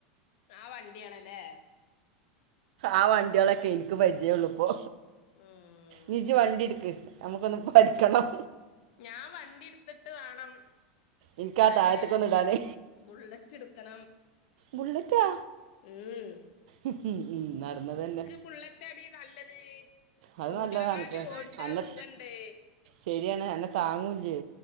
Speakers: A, on the left; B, on the right.
A: ആ വണ്ടിയ ആണല്ലേ
B: ആ വണ്ടികളൊക്കെ എനിക്ക് പരിചയം ഉള്ളൂ പു
A: ഉം
B: നീജി വണ്ടി എടുക്ക് നമ്മുക്കൊന്ന് പഠിക്കണം
A: ഞാൻ വണ്ടി എടുത്തിട്ട് വേണം
B: എനിക്ക്
A: ഞാന്
B: ആ താഴത്തേക്കൊന്ന് ഇടാനേ
A: ബുള്ളറ്റ് എടുക്കണം
B: ബുള്ളറ്റാ
A: ഉം
B: ഉം നടന്നത്
A: നിക്ക്
B: തന്നെ
A: ബുള്ളറ്റ് അടി നല്ലത് സ്കൂട്ടിനെക്കാട്ടി
B: അത് നല്ലതാണ്
A: ഓടിച്ചാ
B: അന്നെ
A: സുഖണ്ട്
B: ശരിയാണ് എന്നെ താങ്ങുലെ